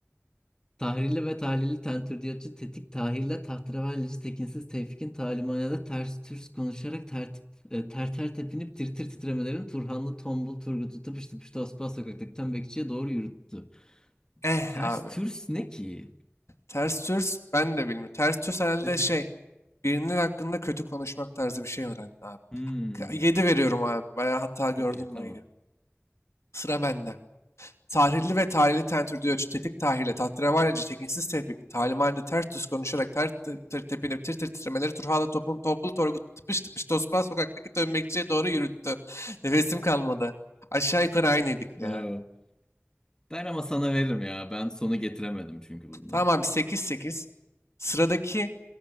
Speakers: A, on the left; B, on the left.
A: Tahrilli ve tahlilli tentürdiyatçı Tetik Tahir'le tahterevallici Tekinsiz Tevfik'in talimanede ters türs konuşarak tertip, e, ter ter tepinip tir tir titremelerin Turhanlı Tombul Turgut'u tıpış tıpış Tosbağ sokaktaki tembekçiye doğru yürüttü.
B: Eh
A: Ters
B: abi.
A: türs ne ki?
B: Ters Türs ben de bilmiyorum. Ters Türs herhalde
A: E,
B: şey, birinin hakkında kötü konuşmak tarzı bir şey herhalde abi.
A: Hmm.
B: 7 veriyorum abi. Bayağı hata gördüm
A: Okey tamam.
B: ben ya. Sıra bende. Tahrirli ve tahrili tentürdüğü ölçü, tetik tahrirle, tahterevallice, tekinsiz tevfikin, talimhanede ters düz konuşarak, ter tır tır tepinip, tir tir titremeleri, Turhala topun, tombul torgu, tıpış tıpış tosbağ sokaktaki dönmekçiye doğru yürüttü. <laughs> Nefesim kalmadı. Aşağı yukarı aynıydık
A: Bravo.
B: ya.
A: Ben ama sana veririm ya. Ben sonu getiremedim çünkü bunda.
B: Tamam abi sekiz sekiz. Sıradaki